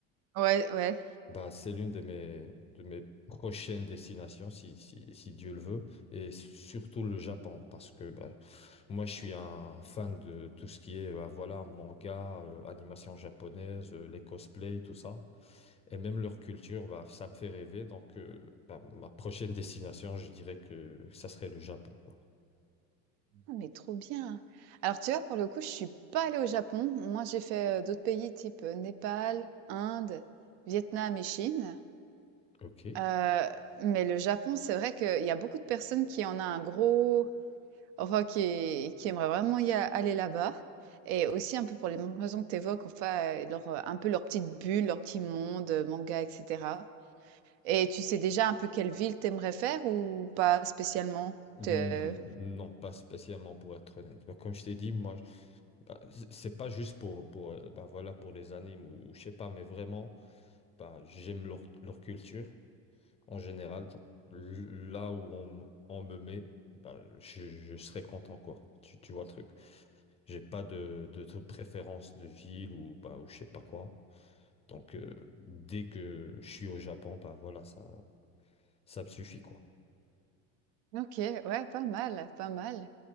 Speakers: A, on the right (about 75°); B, on the left (about 20°).
A: Ouais, ouais.
B: Bah, c'est l'une de mes, de mes prochaines destinations, si, si, si Dieu le veut, et surtout le Japon, parce que bah, Moi, je suis un fan de tout ce qui est, bah, voilà, manga, euh, animation japonaise, euh, les cosplays, tout ça. Et même leur culture, bah, ça me fait rêver. Donc, euh, bah, ma prochaine <laughs> destination, je dirais que ça serait le Japon, quoi.
A: Ah, mais trop bien! Alors, tu vois, pour le coup, je suis pas allée au Japon. Moi, j'ai fait, heu, d'autres pays type, heu, Népal, Inde, Vietnam et Chine.
B: Ok.
A: Heu,
B: ok.
A: mais le Japon, c'est vrai qu'il y a beaucoup de personnes qui en a un gros enfin, qui qui aimeraient vraiment y a aller là-bas et aussi un peu pour les mêmes raisons que tu évoques, enfin, heu, leur, heu, un peu leur petite bulle, leur petit monde, heu, manga et cetera et tu sais déjà un peu quelle ville t'aimerais faire ou pas spécialement?
B: N-
A: Te
B: Non, pas spécialement pour être honnête. Bah, comme je t'ai dit, moi, je- bah, c- c'est pas juste pour, pour, euh, bah, voilà, pour les animes ou, ou je sais pas, mais vraiment, bah, j'aime leur, leur culture. En général, dans- là où on, on me met, bah, je, je serai content, quoi. Tu, tu vois le truc. J'ai pas de, de, tr- préférence de ville ou, bah, ou je sais pas quoi. Donc, euh, dès que je suis au Japon, bah voilà, ça, ça me suffit, quoi.
A: OK, ouais, pas mal, pas mal.